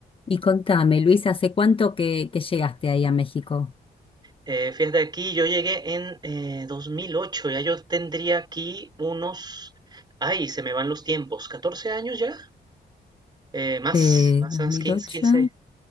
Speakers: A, on the left (about 30°); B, on the right (about 25°).
A: Y contame, Luis, ¿hace cuánto que, que llegaste ahí a México?
B: Eh, fíjate aquí, yo llegué en eh, 2008, ya yo tendría aquí unos, ay, se me van los tiempos, 14 años ya, eh, más,
A: Eh,
B: más,
A: ¿dos
B: más
A: mil
B: 15
A: ocho,
B: quince